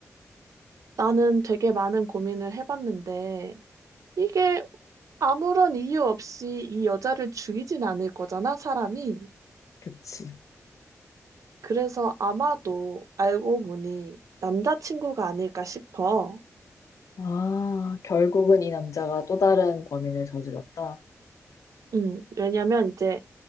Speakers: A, on the right; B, on the left.
A: 나는 되게 많은 고민을 해봤는데, 이게 아무런 이유 없이 이 여자를 죽이진 않을 거잖아, 사람이.
B: 그치.
A: 그래서 아마도 알고 보니 남자친구가 아닐까 싶어.
B: 아, 결국은 이 남자가 또 다른 범인을 저질렀다.
A: 음, 왜냐면 이제